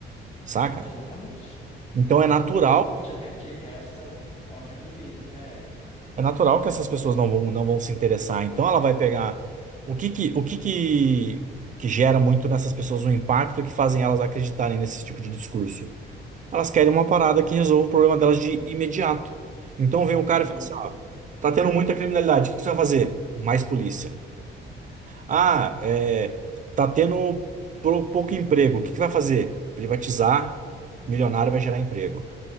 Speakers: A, on the right; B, on the left.
A: saca?
B: exatamente.
A: Então é natural,
B: O pouco de tempo que resta, né? Ela quer viver, não quer.
A: é natural que essas pessoas não vão, não vão se interessar. Então ela vai pegar o que que, o que que que gera muito nessas pessoas um impacto e que fazem elas acreditarem nesse tipo de discurso. Elas querem uma parada que resolva o problema delas de imediato. Então vem um cara
B: Uhum,
A: e fala assim, ó, tá tendo muita criminalidade, o que você vai fazer? Mais polícia. Ah, é, tá tendo pro- pouco emprego, o que que vai fazer? Privatizar, milionário vai gerar emprego.